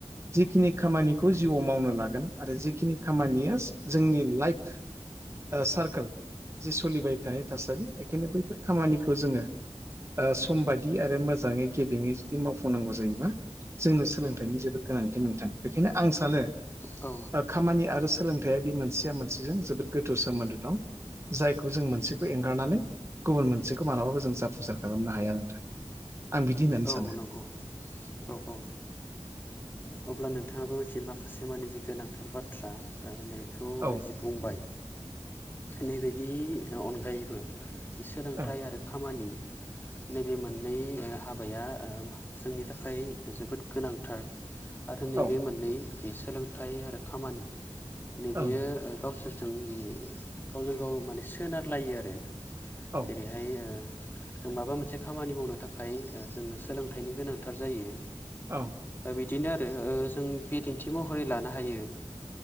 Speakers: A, on the right; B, on the left.
A: जिखिनि खामानिखौ जिउआव मावनो लागोन आरो जिखिनि खामानिया जोंनि लाइफ सारकोल जि सोलिबाय थानाय थासारि बेखायनो बैफोर खामानिखौ जोङो सम बादि आरो मोजाङै गेबेङै जुदि मावफुंनांगौ जायोबा जोंनो सोलोंथाइनि जोबोर गोनांथि नोंथां बेखायनो आं सानो
B: औ
A: खामानि आरो सोलोंथाइया बे मोनसेया मोनसेजों जोबोद गोथौ सोमोन्दो दं जायखौ जों मोनसे बे एंगारनानै गुबुन मोनसेखौ मालाबाबो जों जाफुंसार खालामनो हाया नोंथां आं बिदि होननानै
B: औ
A: सानो
B: नंगौ औ औ अब्ला नोंथाङाबो जि माखासे मानिे जि गोनांथार बाथ्रा बेखौ
A: औ
B: जि बुंबाय नैबेनि अनगायैबो सोलोंथाइ
A: ओं
B: आरो खामानि नैबे मोननै हाबा हाबाया जोंनि थाखाय जोबोद गोनांथार आरो नैबे
A: औ
B: मोननै जि सोलोंथाइ आरो खामानि नैबेयो
A: ओं
B: गावसोरजों जि गावजों गाव माने सोनारलायो आरो
A: औ
B: जेरै बेहाय जों माबा मोनसे खामानि मावनो थाखाय जोंनो सोलोंथाइनि गोनांथार जायो
A: औ
B: बिदिनो आरो जों बिदिन्थि महरै लानो हायो